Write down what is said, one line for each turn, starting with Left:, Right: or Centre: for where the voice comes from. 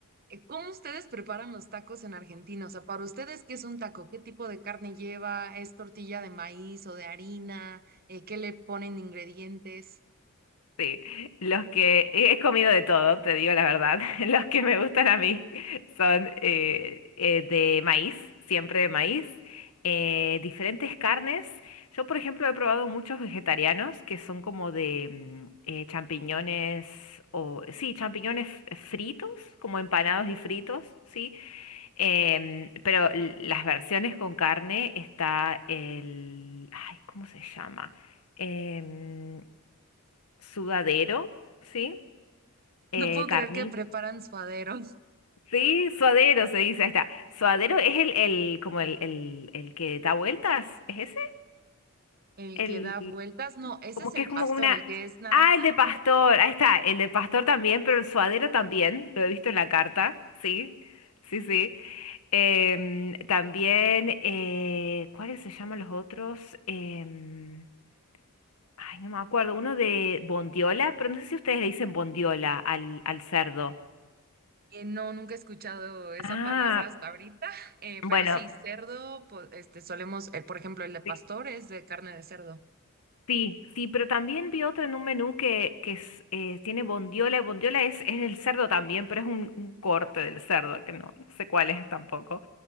Right: eh, ¿Cómo ustedes preparan los tacos en Argentina? O sea, para ustedes, ¿qué es un taco? ¿Qué tipo de carne lleva? ¿Es tortilla de maíz o de harina? Eh, ¿qué le ponen de ingredientes?
Left: Sí, los que eh, he comido de todo, te digo la verdad. <laughs> Los que me gustan a mí son eh, eh, de maíz, siempre de maíz, eh, diferentes carnes. Yo, por ejemplo, he probado muchos vegetarianos que son como de mm, eh, champiñones o sí, champiñones f- fritos, como empanados y fritos, sí. Em, pero l- las versiones con carne está el, ay, ¿cómo se llama? Em, sudadero, ¿sí? Eh,
Right: No puedo
Left: carni-
Right: creer que preparan suadero, <laughs>
Left: Sí, suadero se dice, ahí está. Suadero es el, el como el, el, el que da vueltas, ¿es ese?
Right: el
Left: El,
Right: que da vueltas. No, ese
Left: como
Right: es
Left: que
Right: el
Left: es como
Right: pastor,
Left: una...
Right: el que es naranja.
Left: Ah, el de pastor, ahí está, el de pastor también, pero el suadero también, lo he visto en la carta, sí, sí, sí. Em, también, eh, ¿cuáles se llaman los otros? Em, ay, no me acuerdo, uno de bondiola, pero no sé si ustedes le dicen bondiola al, al cerdo.
Right: Eh, no, nunca he escuchado esa
Left: Ah,
Right: palabra hasta ahorita, <laughs> eh,
Left: Bueno,
Right: pero sí, cerdo, po- este, solemos, eh, por ejemplo, el de pastor
Left: sí,
Right: es de carne de cerdo.
Left: sí, sí, pero también vi otro en un menú que, que es, eh, tiene bondiola. Bondiola es, es el cerdo también, pero es un, un corte del cerdo, que no, no sé cuál es tampoco.